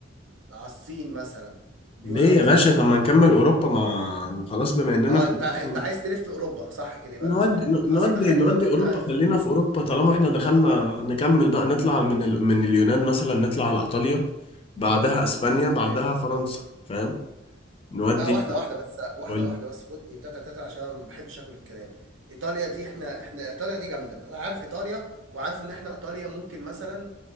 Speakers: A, on the right; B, on the left.
A: على الصين مثلا بيقول
B: ليه
A: لك
B: يا
A: الصين
B: باشا طب ما نكمل اوروبا ما خلاص بما اننا
A: اه
B: في
A: انت انت
B: اوروبا
A: عايز تلف في اوروبا صح كده يبقى
B: نودي
A: انت صح خلاص
B: نودي
A: يبقى خلينا
B: نودي
A: نروح
B: اوروبا
A: آه،
B: خلينا في اوروبا طالما احنا دخلنا نكمل بقى نطلع من ال... من اليونان مثلا نطلع على ايطاليا بعدها اسبانيا
A: يا سلام
B: بعدها فرنسا فاهم نودي
A: لا واحدة واحدة بس واحدة
B: قول
A: واحدة بس خد تاتا تاتا عشان انا ما بحبش اكل الكلام ايطاليا دي احنا احنا ايطاليا دي جامدة انا عارف ايطاليا وعارف ان احنا ايطاليا ممكن مثلا